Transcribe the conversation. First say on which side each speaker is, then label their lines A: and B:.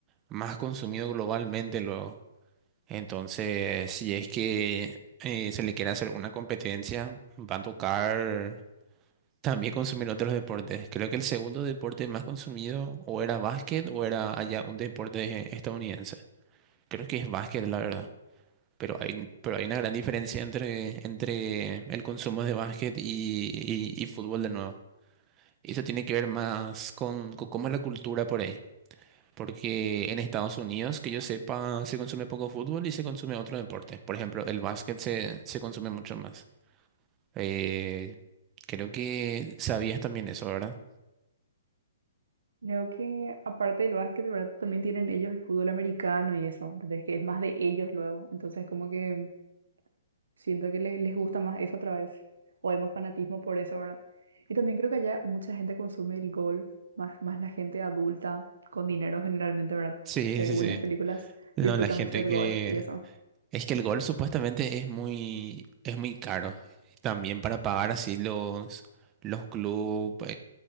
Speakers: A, on the right; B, on the right.
A: más consumido globalmente luego. Entonces, si es que eh, se le quiere hacer una competencia, va a tocar también consumir otros deportes. Creo que el segundo deporte más consumido o era básquet o era allá un deporte estadounidense. Creo que es básquet, la verdad. Pero hay, pero hay una gran diferencia entre, entre el consumo de básquet y, y y fútbol de nuevo. Y eso tiene que ver más con, con cómo es la cultura por ahí. Porque en Estados Unidos, que yo sepa, se consume poco fútbol y se consume otro deporte. Por ejemplo, el básquet se, se consume mucho más. Eh, creo que sabías también eso, ¿verdad?
B: Creo que aparte del básquet, ¿verdad? También tienen ellos el fútbol americano y eso, entonces que es más de ellos luego. Entonces como que Siento que le- les gusta más eso otra vez. O hay más fanatismo por eso, ¿verdad? Y también creo que allá mucha gente consume el golf, más, más la gente adulta, con dinero generalmente, ¿verdad?
A: Sí,
B: Según
A: sí, sí.
B: las películas,
A: No,
B: disfruta
A: la gente
B: mucho del
A: que...
B: golf y eso.
A: Es que el gol supuestamente es muy, es muy caro. También para pagar así los, los clubes